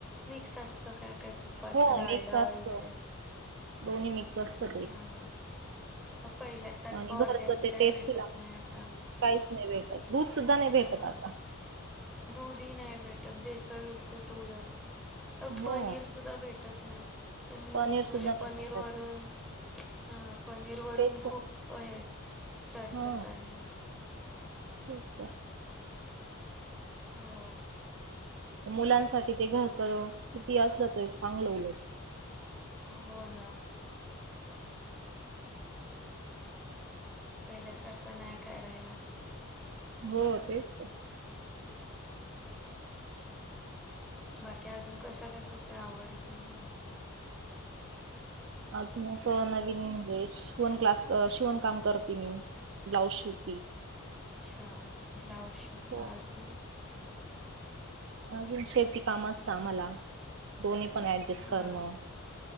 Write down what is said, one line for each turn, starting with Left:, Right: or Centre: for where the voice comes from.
Centre: मिक्स असत काय काय तुपात
Right: हो
Centre: डालडा
Right: मिक्स असत
Centre: वगैरे
Right: दोन्ही मिक्स असत ते.
Centre: हा पहिल्यासारखं
Right: आणि
Centre: ऑरगॅनिक
Right: घरचं ते
Centre: काय
Right: टेस्टी
Centre: भेटत
Right: लागत
Centre: नाही आता
Right: काहीच नाही भेटत दूध सुद्धा नाही
Centre: हा
Right: भेटत आता
Centre: दूधही नाही भेटत, भेसळयुक्त दूध असत
Right: हो
Centre: पनीर सुद्धा भे टत नाही तर न्यूज
Right: पनीर सुद्धा
Centre: मध्ये
Right: नाही
Centre: पनीर
Right: भेटत
Centre: वरून हा पनीर वरून
Right: तेच
Centre: खूप हे चर्चा
Right: हा
Centre: चाललेली,
Right: तेच नाही.
Centre: हो
Right: मुलांसाठी ते घरचं कितीही असलं तर चांगलं उलट
Centre: हो ना पहिल्यासारखं नाही काय राहिला.
Right: हो तेच तर
Centre: बाकी अजून कशा कशाची आवड आहे तुम्हाला?
Right: अ त अस नवीन म्हणजे शिवण क्लास शिवण काम करते मी. ब्लाऊज शूट,
Centre: अच्छा ब्लाऊज शीवता
Right: हो
Centre: अजून,
Right: अजून शेती काम असत आम्हाला दोन्ही पण ऍडजस्ट
Centre: हा
Right: करणं